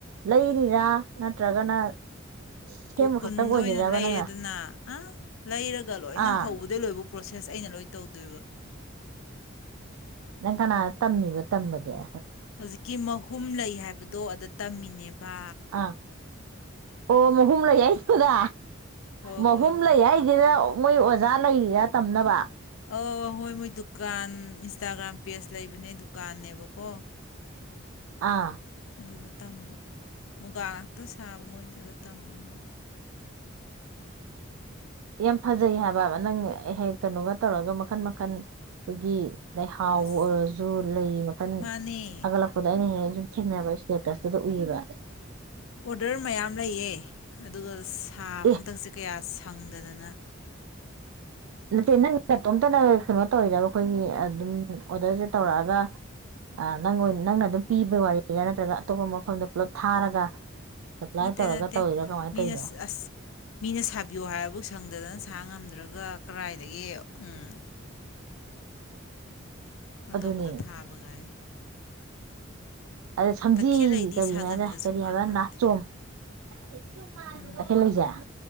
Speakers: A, on the right; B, on the left.
A: ꯂꯩꯔꯤꯔꯥ ꯅꯠꯇ꯭ꯔꯒꯅ ꯁꯦꯝꯕ
B: ꯀꯣꯀꯨꯟꯗ
A: ꯈꯛꯇꯪ ꯑꯣꯏꯔꯤꯔꯕ
B: ꯑꯣꯏꯅ ꯂꯩꯔꯦꯗꯅ
A: ꯅꯪꯅ
B: ꯑ ꯂꯩꯔꯒ ꯂꯣꯏꯅ
A: ꯑꯥ
B: ꯍꯧꯕꯗꯩ ꯂꯣꯏꯕ ꯄ꯭ꯔꯣꯁꯦꯁ ꯑꯩꯅ ꯂꯣꯏ ꯇꯧꯗꯣꯏꯕ
A: ꯅꯪ ꯀꯅꯥꯅ ꯇꯝꯃꯤꯕ ꯇꯝꯕꯗꯤꯦ
B: ꯍꯧꯖꯤꯛꯀꯤ ꯃꯍꯨꯝ ꯂꯩ ꯍꯥꯏꯕꯗꯣ ꯑꯗ ꯇꯝꯃꯤꯅꯦꯕ
A: ꯑꯥ ꯑꯣ ꯃꯍꯨꯝꯨꯝꯂ ꯌꯥꯏꯁꯀꯗꯥ
B: ꯍꯣꯏ
A: ꯃꯍꯨꯝ
B: ꯍꯣꯏ ꯍꯣꯏ
A: ꯂꯩ ꯍꯥꯏꯁꯤꯦꯗ ꯃꯣꯏ ꯑꯣꯖꯥ ꯂꯩꯔꯤꯔꯥ ꯇꯝꯅꯕ
B: ꯑ ꯍꯣꯏ ꯃꯣꯏ ꯗꯨꯀꯥꯟ ꯏꯟꯁꯇꯥꯒ꯭ꯔꯥꯝ ꯄꯦꯖ ꯂꯩꯕꯅꯦ ꯗꯨꯀꯥꯟꯅꯦꯕꯀꯣ
A: ꯑꯥ
B: ꯑꯗꯨꯗ ꯇꯝꯕ ꯃꯨꯒꯥ ꯉꯥꯛꯇ ꯁꯥꯕ ꯃꯣꯏꯅꯗ ꯑꯗꯨꯗ ꯇꯝꯕꯅꯦꯕ
A: ꯌꯥꯝ ꯐꯖꯩ ꯍꯥꯏꯕ ꯅꯪ ꯍꯦꯛ ꯀꯩꯅꯣꯒ ꯇꯧꯔꯒ ꯃꯈꯟ ꯃꯈꯟ ꯑꯩꯈꯣꯏꯒꯤ ꯑꯗꯩ ꯍꯥꯎꯕ
B: ꯑꯁ
A: ꯑꯣꯏꯔꯁꯨ ꯂꯩ ꯃꯈꯜ
B: ꯃꯥꯅꯦ
A: ꯊꯥꯒꯠꯂꯛꯄꯗꯣ ꯑꯩꯅ ꯍꯦꯟꯅ ꯁꯨꯝ ꯊꯦꯡꯅꯅꯕ ꯁꯦꯇꯁꯇꯗ ꯎꯏꯕ
B: ꯑꯣꯗꯔ ꯃꯌꯥꯝ ꯂꯩꯌꯦ ꯑꯗꯨꯒ ꯁꯥ
A: ꯑꯦ
B: ꯍꯟꯗꯛꯁꯦ ꯀꯩ ꯀꯌꯥ ꯁꯪꯗꯗꯅ
A: ꯅꯠꯇꯦ ꯅꯪ ꯃꯇꯇꯣꯝꯇꯅ ꯀꯩꯅꯣ ꯇꯧꯔꯤꯗꯕ ꯑꯩꯈꯣꯏꯒꯤ ꯑꯗꯨꯝ ꯑꯣꯗꯔꯁꯦ ꯇꯧꯔꯛꯑꯒ ꯅꯪ ꯅꯪꯅ ꯑꯗꯨꯝ ꯄꯤꯕ ꯋꯥꯔꯤꯔꯥ ꯅꯠꯇ꯭ꯔꯒ ꯑꯇꯣꯞꯄ ꯃꯐꯝꯗ ꯄꯨꯂꯞ ꯊꯥꯔꯒ ꯁꯄ꯭ꯂꯥꯏ
B: ꯅꯠꯇꯦ
A: ꯇꯧꯔꯒ
B: ꯅꯠꯇꯦ
A: ꯇꯧꯔꯤꯔꯥ ꯀꯃꯥꯏꯅ
B: ꯃꯤꯅ
A: ꯇꯧꯔꯤꯅꯣ
B: ꯑꯁ ꯃꯤꯅ ꯁꯥꯕꯤꯌꯣ ꯍꯥꯏꯕꯨ ꯁꯪꯗꯗꯅ ꯁꯥ ꯉꯝꯗ꯭ꯔꯒ ꯑꯗꯨꯒ ꯀꯔꯥꯏꯗꯒꯤ ꯎꯝ ꯑꯇꯣꯞꯄꯗ
A: ꯑꯗꯨꯅꯦ
B: ꯊꯥꯕꯒꯥꯏ
A: ꯑꯗ ꯁꯝꯖꯤ
B: ꯇꯈꯦꯜꯂꯩꯗꯤ
A: ꯀꯔꯤ
B: ꯁꯥꯖꯟꯕꯗ
A: ꯍꯥꯏꯅ
B: ꯁꯨꯡꯃꯥꯡ
A: ꯀꯔꯤ ꯍꯥꯏꯕ
B: ꯃꯥꯡꯗꯦ
A: ꯅꯥꯆꯣꯡ ꯍ
B: ꯎꯝ
A: ꯇꯈꯦ
B: ꯎꯝ
A: ꯂ ꯂꯩꯖꯥ